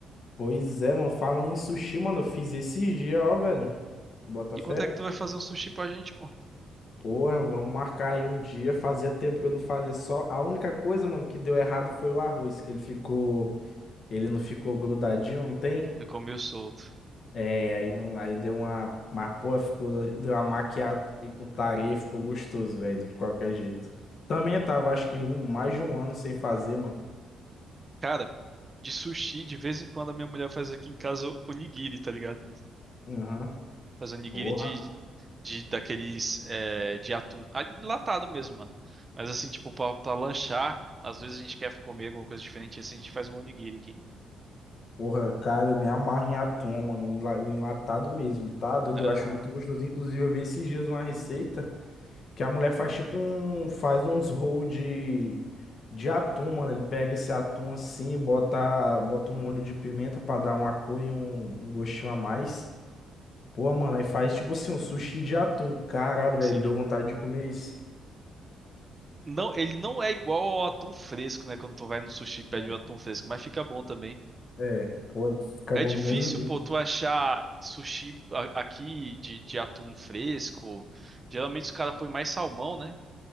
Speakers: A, on the left; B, on the right.
A: Pois é, mano. Falando em sushi, mano, eu fiz esses dias, ó, velho. Bota
B: E
A: fé.
B: quando é que tu vai fazer um sushi pra gente, pô?
A: Porra, vamos marcar aí um dia. Fazia tempo que eu não fazia só. A única coisa, mano, que deu errado foi o arroz, que ele ficou. Ele não ficou grudadinho, não tem?
B: Eu comi o solto.
A: É, aí não. Aí deu uma. Mas, porra, ficou. Deu uma maquiada aí com tareia, ficou gostoso, velho, de qualquer jeito. Também eu tava, acho que um, mais de um ano sem fazer, mano.
B: Cara, de sushi, de vez em quando a minha mulher faz aqui em casa onigiri, tá ligado?
A: Aham.
B: Faz onigiri
A: Porra.
B: de, de daqueles é, de atum. Ah, Enlatado mesmo, mano. Mas assim, tipo, pra, pra lanchar, às vezes a gente quer comer alguma coisa diferente, assim, a gente faz um onigiri aqui.
A: Porra, cara, eu me amarro em atum, mano, o enla- o enlatado mesmo, tá? Doido,
B: Aham,
A: eu acho muito gostoso. Inclusive, eu vi esses dias uma receita que a mulher faz tipo um, faz uns roll de, de atum, mano. Ele pega esse atum assim, bota, bota um molho de pimenta pra dar uma cor e um, um gostinho a mais. Pô, mano, aí faz tipo assim um sushi de atum. Caralho, velho,
B: sim.
A: deu vontade de comer isso.
B: Não, ele não é igual ao atum fresco, né? Quando tu vai no sushi e pede
A: É,
B: o atum fresco, mas fica bom também.
A: é, pô, acabou
B: É difícil,
A: no mesmo jeito.
B: pô, tu achar sushi a- aqui de, de atum fresco. Geralmente os caras põem mais salmão, né?